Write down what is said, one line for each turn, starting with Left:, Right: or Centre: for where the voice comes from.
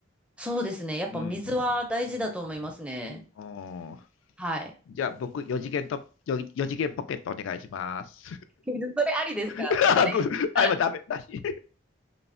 Centre: そうですね。やっぱ水は大事だと思いますね。
Left: うん。うんお
Centre: はい。
Left: じゃあ、僕、4次元と、よ四次元ポケットお願いします。
Centre: <laughs> それありですかそれだったら
Left: <laughs> あ、ぐあ今ダメだし。